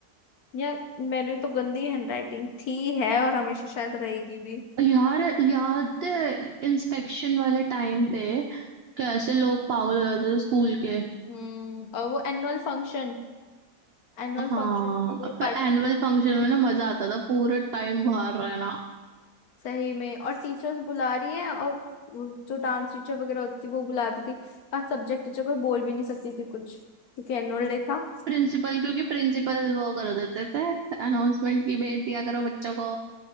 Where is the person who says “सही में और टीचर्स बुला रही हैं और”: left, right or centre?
Left